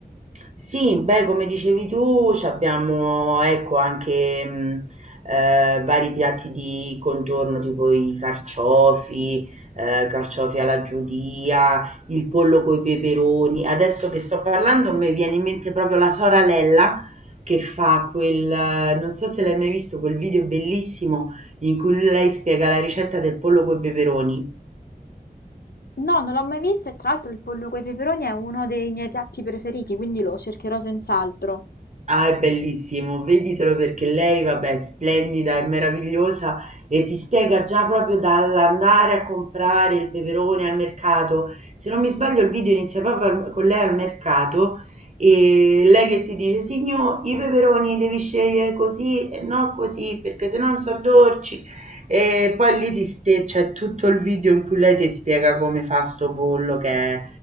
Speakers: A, on the right; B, on the left.
A: Sì, beh, come dicevi tu, c'abbiamo ecco anche mh, eh, vari piatti di contorno, tipo i carciofi, eh, carciofi alla giudia, il pollo coi peperoni. Adesso che sto parlando, mi viene in mente proprio la soralella che fa quel, eh, non so se l'hai mai visto, quel video bellissimo in cui lei spiega la ricetta del pollo coi peperoni.
B: No, non l'ho mai visto e tra l'altro il pollo coi peperoni è uno dei miei piatti preferiti, quindi lo cercherò senz'altro.
A: Ah, è bellissimo, veditelo perché lei, vabbè, è splendida, è meravigliosa e ti spiega già proprio dall'andare a comprare il peperone al mercato. Se non mi sbaglio, il video inizia proprio al- con lei al mercato e lei che ti dice: Signor, i peperoni devi scegliere così e non così perché se no non so dolci. E poi lì ti ste- c'è tutto il video in cui lei ti spiega come fa sto pollo che è